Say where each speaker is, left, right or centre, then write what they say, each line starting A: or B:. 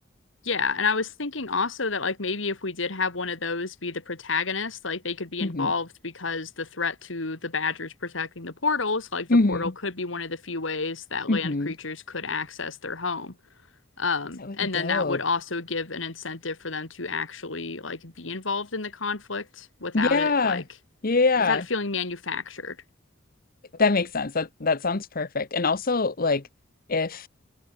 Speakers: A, on the left; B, on the left.
A: Yeah, and I was thinking also that like maybe if we did have one of those be the protagonist, like they could be
B: hmm
A: involved because the threat to the badgers protecting the portals, like
B: hmm
A: the portal could be one of the few ways that
B: hmm
A: land creatures could access their home. Um,
B: Oh, that would
A: and
B: be dope.
A: then that would also give an incentive for them to actually like be involved in the conflict without
B: Yeah.
A: it like
B: Yeah.
A: without it feeling manufactured.
B: That makes sense. That that sounds perfect. And also like if